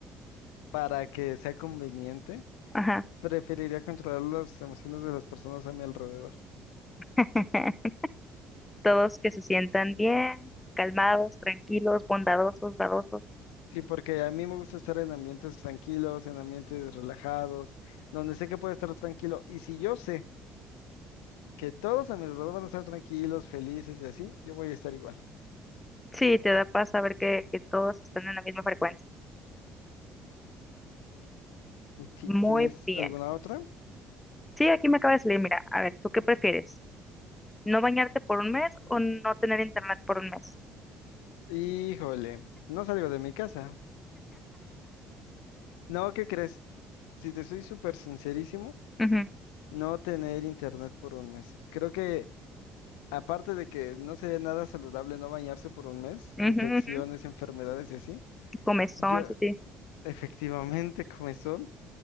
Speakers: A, on the left (about 75°); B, on the left (about 15°).
A: para que sea conveniente,
B: ajá.
A: preferiría controlar las emociones de las personas a mi alrededor.
B: <laughs> todos que se sientan bien, calmados, tranquilos, bondadosos, dadosos.
A: Sí, porque a mí me gusta estar en ambientes tranquilos, en ambientes relajados, donde sé que puedo estar tranquilo. Y si yo sé que todos a mi alrededor van a estar tranquilos, felices y así, yo voy a estar igual.
B: Sí, te da paz saber que, que todos están en la misma frecuencia.
A: Ti-
B: Muy
A: ¿Tienes
B: bien.
A: alguna otra?
B: Sí, aquí me acaba de salir, mira, a ver, ¿tú qué prefieres? ¿No bañarte por un mes o no tener internet por un mes?
A: Híjole, no salgo de mi casa. No, ¿qué crees? Si te soy súper sincerísimo,
B: Ujú,
A: no tener internet por un mes. Creo que aparte de que no sería nada saludable no bañarse por un mes,
B: ujú, <laughs>
A: infecciones,
B: ujú.
A: enfermedades y así,
B: Comezón,
A: yo
B: sí, sí.
A: efectivamente <laughs> comezón.